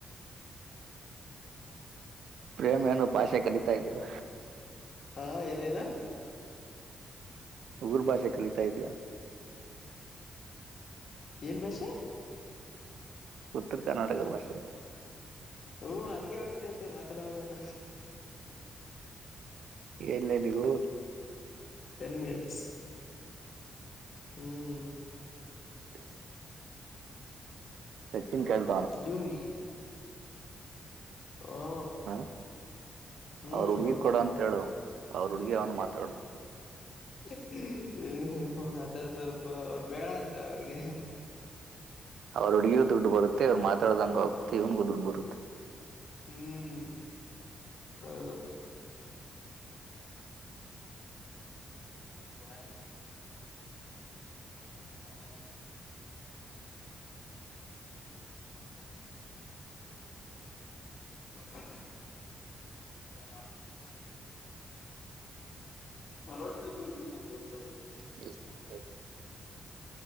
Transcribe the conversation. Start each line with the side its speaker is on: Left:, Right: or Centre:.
Right: ಪ್ರೇಮ್ ಏನು ಭಾಷೆ ಕಲಿತಾ ಇದೆಯಾ
Left: ಹಾ ಏನೇನು
Right: ಉಗರು ಭಾಷೆ ಕಲಿತಾ ಇದೆಯಾ
Left: ಏನ್ ಭಾಷೆ
Right: ಉತ್ತರ ಕರ್ನಾಟಕ ಭಾಷೆ
Left: ಹ್ಮ್ ಹಂಗೆ ಬಂದ್ಬಿಟ್ಟೈತೆ ಮಾತಾಡುವಾಗಾನ
Right: ಎಲ್ಲೇ ನೀವು
Left: ಟೆನ್ ಮಿನಿಟ್ಸ್ ಹ್ಮ್
Right: ಹ್ಮ್ ಸಚಿನ್ ಕಲ್
Left: ನೀರಿ ಹ
Right: ಹ
Left: ಹ್ಮ್
Right: ಅವ್ರ ಹುಡ್ಗಿ
Left: ಹೌದು
Right: ಕೊಡ ಅಂತ ಹೇಳು ಅವ್ರ ಹುಡ್ಗಿ ಅವ್ನು ಮಾತಾಡ್ಲಿ
Left: ಹ್ಮ ಹ್ಮ ಅದಾರ ಸ್ವಲ್ಪ ಅವ್ರು ಬೇಡ ಅಂತ ಅವ್ರಿಗೆ
Right: ಅವ್ರ ಹುಡ್ಗೂ ದುಡ್ಡು ಬರುತ್ತೆ ಅವ್ ಮಾತಾಡ್ದಂಗ ಆಗುತ್ತೆ ಇವ್ನು ದುಡ್ಡು ಬರುತ್ತೆ
Left: ಹ್ಮ್ ಹೌದು <unintelligible> ಹ್ಮ್ ಚಲ್ಲ <unintelligible> ಬರೋ <unintelligible>
Right: <unintelligible>